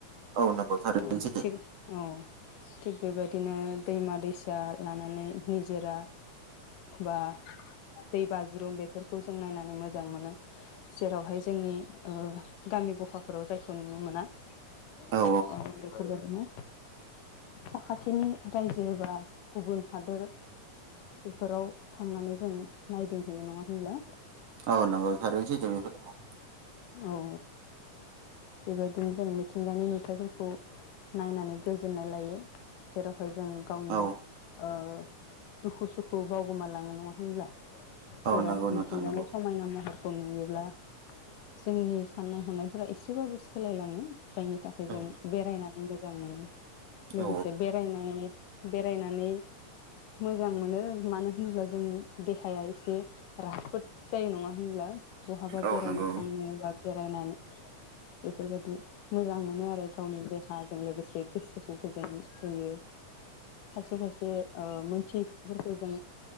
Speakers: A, on the left; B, on the right.
A: <unintelligible>
B: औ नंगौ थारैनो सैथो
A: औ थिग बेबायदिनो दैमा दैसा लानानै निजोरा बा दै बाज्रुम बेफोरखौ जों नायनानै मोजां मोनो जेरावहाय जोंनि ओ गामि गफाफोराव जायखौ नुनो मोना। <unintelligible>
B: औ
A: <unintelligible> जों साखाथिनि रायजो बा गुबुन हादोर बेफोराव थांनानै जों नायदिंहैयो नङा होनब्ला‌।
B: औ नांगौ थारैनो सैथो बेफोर।
A: औ बेबायदिनो जों मिथिंगानि नुथायाइफोरखौ नायनानै गोजोननाय लायो जेराव हय जों गावनि
B: औ
A: ओ दुखु सुखु बावगोमालाङो नङा होनब्ला।
B: औ
A: जेराव
B: नंगौ नोंथां
A: मिथिंगानि
B: नंगौ
A: समायना महर। खौ नुयोब्ला जोंनि साननाय हनायफोरा एसेबाबो सोलायलाङो। जायनि थाखाय
B: औ
A: जों
B: नंगौ
A: बेरायनानै मोजां मोनो लोगोसे
B: औ
A: बेरायनाय बेरायनानै मोजां मोनो मानो होनब्ला जों देहाया एसे राफोद जायो नङा। मानो होनब्ला बहाबा
B: औ
A: बेरायनो
B: नंगौ
A: थांनोबा। बेरायनानै बेफोरबायदि मोजां मोनो आरो गावनि देहाजों लोगोसे गोसोखौ गोजोन होयो। सासे फासे मोनथिफोरखौ जों